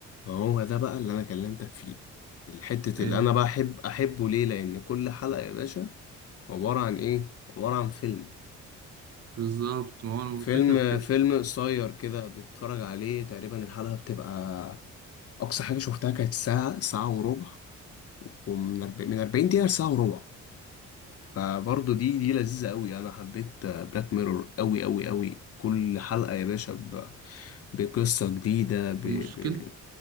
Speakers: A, on the left; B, on the right.
A: هو ده بقى اللي انا كلمتك فيه الحتة
B: ايه
A: اللي انا بحب احبه ليه لان كل حلقة يا باشا عبارة عن ايه عبارة عن فيلم
B: بالظبط ما هو أنا
A: فيلم
B: الفكرة في كده
A: فيلم قصير كده بتتفرج عليه تقريبا الحلقة بتبقى اقصى حاجة شفتها كانت ساعة ساعة وربع ومن أرب- من 40 دقيقة لساعة وربع فبرضه دي دي لذيذة قوي انا حبيت بلاك ميرور قوي قوي قوي كل حلقة يا باشا ب- بقصة جديدة ب... ب...
B: مشكلة